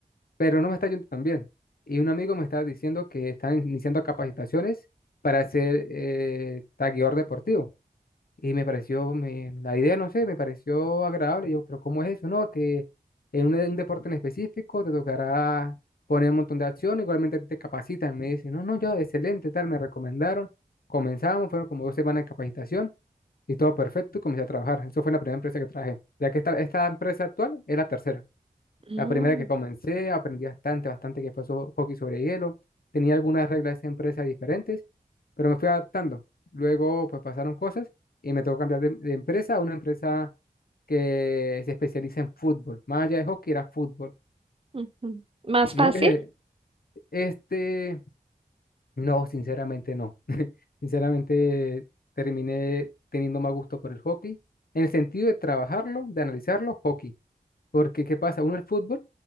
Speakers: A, on the left; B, on the right.
A: pero no me está yendo tan bien. Y un amigo me estaba diciendo que están iniciando capacitaciones para ser eh, tagueador deportivo. Y me pareció, me- la idea, no sé, me pareció agradable. Yo, pero ¿cómo es eso, no? Que en un, de- un deporte en específico te tocará poner un montón de acción, igualmente a ti te capacitan. Me dicen, no, no, yo, excelente, tal, me recomendaron. Comenzamos, fueron como dos semanas de capacitación y todo perfecto y comencé a trabajar. Eso fue la primera empresa que trabajé. Ya que esta, esta empresa actual es la tercera.
B: Mm,
A: La primera que comencé, aprendí bastante, bastante que fue so- hockey sobre hielo. Tenía algunas reglas de empresa diferentes, pero me fui adaptando. Luego, pues pasaron cosas y me tocó cambiar de, de empresa a una empresa que se especializa en fútbol. Más allá de hockey, era fútbol.
B: ujú. ¿Más
A: Me
B: fácil?
A: dijo que se- este, no, sinceramente no. <laughs> Sinceramente, terminé teniendo más gusto por el hockey. En el sentido de trabajarlo, de analizarlo, hockey. Porque, ¿qué pasa? Uno, el fútbol